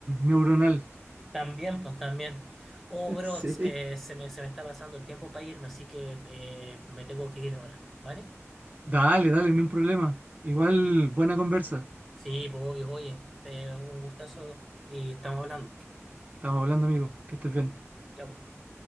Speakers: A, on the right (about 30°); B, in the centre.
A: neuronal.
B: También, pues también. Oh, bro,
A: <laughs> Sí.
B: eh, se me, se me está pasando el tiempo para irme, así que eh, me tengo que ir ahora, ¿vale?
A: Dale, dale, no hay un problema. Igual, buena conversa.
B: Sí, pues obvio, oye, te, un gustazo y estamos hablando.
A: Estamos hablando, amigo. Que estés bien.
B: Ya, pues.